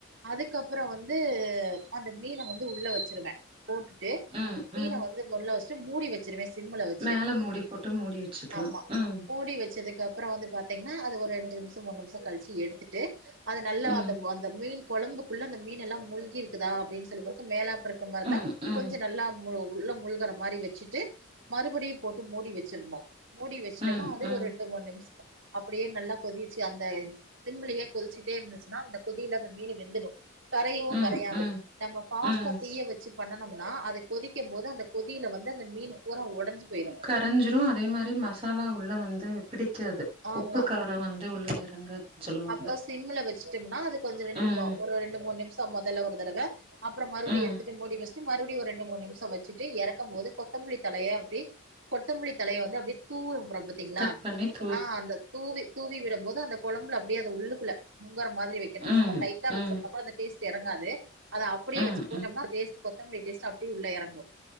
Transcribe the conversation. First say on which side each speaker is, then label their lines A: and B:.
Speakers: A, on the right; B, on the right.
A: அதுக்கப்றோ வந்து அந்த மீன வந்து உள்ள வச்சிருவே போட்டுட்டு
B: ம், ம்.
A: மீன வந்து உள்ள வச்ட்டு மூடி வச்சிருவே சிம்ல வச்சி
B: மேல மூடி போட்டு மூடி வச்சுக்கலாம்.
A: ஆமா
B: ம்,
A: மூடி வச்சதுக்கப்றோ வந்து பாத் தீங்னா அது ஒரெண்டு நிமிஷோ மூணு நிமிஷோ கழிச்சி எடுத்துட்டு அது நல்லா
B: ம்,
A: அந்தவ் அந்த மீன் கொழம்புக்குள்ள அந்த மீனெல்லா முழ்கிருக்குதா அப்டின் சொல்லி பிறகு மேலாப்ப இருக்க மாறி இருந்தா
B: ம், ம்,
A: கொஞ்ச நல்லா முழு உள்ள முழ்குற மாறி வச்சிட்டு மறுபடியு போட்டு மூடி வச்சிரணு மூடி வச்சிட்டமா
B: ம்,
A: அது
B: ம்,
A: ஒரு ரெண்டு மூணு நிமிஷோ அப்டியே நல்லா கொதிச் சி அந்த சிம்லயே கொதிச்சிட்டே இருந்துச்சுன்னா அந்த கொதியில அந்த மீனு வெந்துடு கரையவு
B: ம்,
A: கரையாது
B: ம்,
A: நம்ம ஃபாஸ்டா
B: ம்.
A: தீய வச்சி பண்ணனம்னா அத கொதிக்கும்‌ போது அந்த கொதியில வந்து அந்த மீன் பூரா ஒடஞ்சி போய்ரு
B: கரஞ்சிரு அதே மாறி மசாலா உள்ள வந்து பிடிக்காது
A: ஆமா
B: உப்பு, காரம் வந்து உள்ள இறங்காதுன்னு சொல்லுவாங்க.
A: அப்ப சிம்ல வச்சிட்டம்னா அது கொஞ்ச ரெண்டு
B: ம்,
A: வ ஒரு ரெண்டு மூணு நிமிஷ க மொதல ஒரு தடவ அப்பறோ மறுபடியு
B: ம்.
A: எடுத்துட்டு மூடி வச் டு மறுவடி ஒரு ரெண்டு மூணு நிமிஷோ வச்சிட்டு எறக்கம் போது கொத்தமலி தலைய அப்டி கொத்தமலி தலைய வந்து அப்டியே தூவுற <unintelligible>
B: கட் பண்ணிட்
A: ஆ அந்த தூவி தூவி விடம் போது அந்த கொழம்புல அப்டியே அத உள்ளுக்குள்ள முங்கற மாதிரி வைக்கணு
B: ம்,
A: சும்மா லைட்டா
B: ம்,
A: வச்சிருந்தம்னா‌ அந்த டேஸ்ட் எறங்காது அது அப்டியே
B: ம்,
A: வச்சி போட்டம்னா டேஸ்ட் கொத்தமல்லி டேஸ்ட் அப்டியே உள்ள எறங்கு